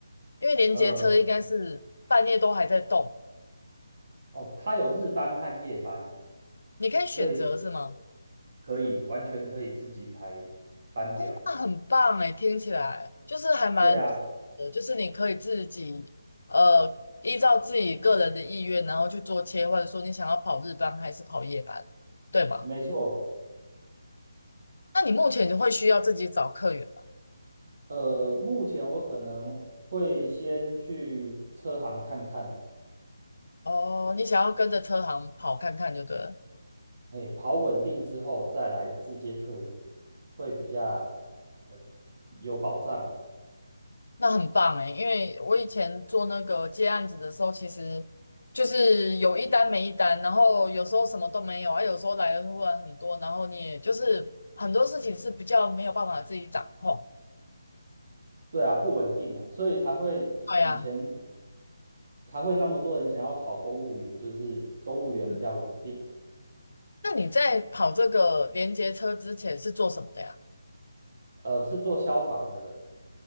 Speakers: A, on the left; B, on the right.
A: 因为连接车应该是半夜都还在动，
B: 呃，哦，它有日班和夜班，
A: 你可以选择是吗？
B: 所以是可以完全可以自己排班表。
A: 哦，那很棒哎，听起来就是还蛮自由的，
B: 对啊，
A: 就是你可以自己呃依照自己个人的意愿，然后去做切换，说你想要跑日班还是跑夜班，对吗？
B: 没错。
A: 那你目前就会需要自己找客源吧
B: 呃，目前我可能会先去车行看看，
A: 哦，你想要跟着车行跑看看就对了。
B: 哎，跑稳定之后再来自接客源，会比较呃有保障。
A: 那很棒哎，因为我以前做那个接案子的时候，其实就是有一单没一单，然后有时候什么都没有，啊，有时候来的突然很多，然后你也就是很多事情是比较没有办法自己掌控。
B: 对啊，不稳定啊，所以才会以以前
A: 对呀，
B: 才会那么多人想要考公务员，就是公务员比较稳定。
A: 嗯，那你在跑这个连接车之前是做什么的呀？
B: 呃，是做消防的，